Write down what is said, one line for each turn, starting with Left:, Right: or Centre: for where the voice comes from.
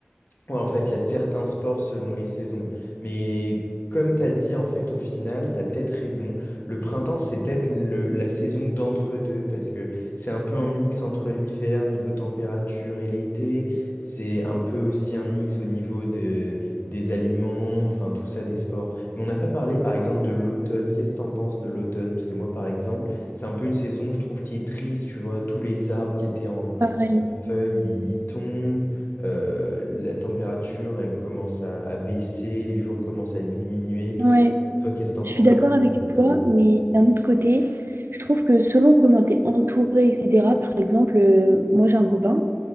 Left: Ouais, en fait, il y a certains sports selon les saisons. Mais comme tu as dit, en fait, au final, tu as peut-être raison. Le printemps, c'est peut-être le- la saison d'entre-deux, parce que c'est un peu un mix entre l'hiver, niveau température, et l'été. C'est un peu aussi un mix au niveau de, des aliments, enfin, tout ça, des sports. Mais on n'a pas parlé, par exemple, de l'automne. Qu'est-ce que t'en penses de l'automne? Parce que moi, par exemple, c'est un peu une saison, je trouve, qui est triste, tu vois, tous les arbres qui étaient en
Right: Pareil.
Left: feuilles ils ils tombent, euh, la température elle commence à, à baisser, les jours commencent à diminuer, tout
Right: Ouais.
Left: ça. Toi, qu'est-ce que t'en
Right: Je
Left: penses,
Right: suis d'accord
Left: par
Right: avec
Left: exemple, Tom?
Right: toi, mais d'un autre côté, je trouve que selon comment tu es entouré, etc., par exemple, euh, moi j'ai un copain,